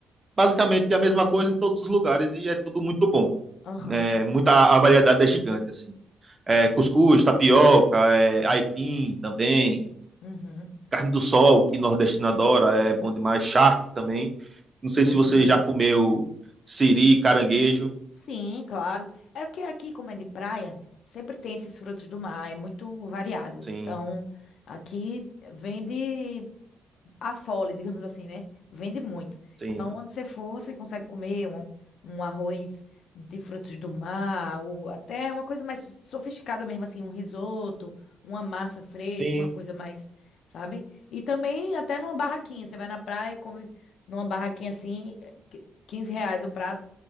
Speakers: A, on the right; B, on the left.
A: basicamente é a mesma coisa em todos os lugares e é tudo muito bom.
B: Aham.
A: É, muita, a variedade é gigante, assim. É, cuscuz, tapioca, é, aipim também,
B: Uhum.
A: carne do sol, que nordestino adora, é bom demais, charque também. Não sei
B: Bom
A: se você
B: demais.
A: já comeu siri, caranguejo.
B: Sim, claro. É porque aqui, como é de praia, sempre tem esses frutos do mar, é muito variado.
A: Sim,
B: Então, aqui vende. a fole, digamos assim, né? Vende muito.
A: sim
B: Então, onde você for, você consegue comer um, um arroz de frutos do mar, ou até uma coisa mais sofisticada mesmo, assim, um risoto, uma massa fresca,
A: sim
B: uma coisa mais, sabe? E também até numa barraquinha. Você vai na praia, e come numa barraquinha assim, eh, que- reais o prato.